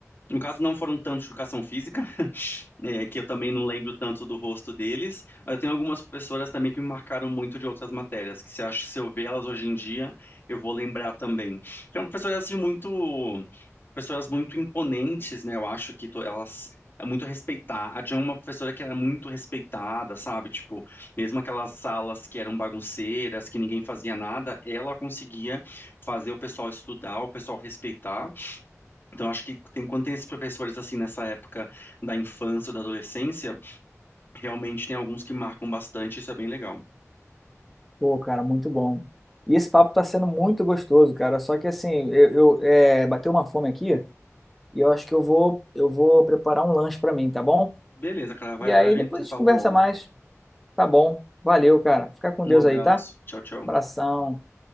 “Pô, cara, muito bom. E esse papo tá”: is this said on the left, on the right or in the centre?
Centre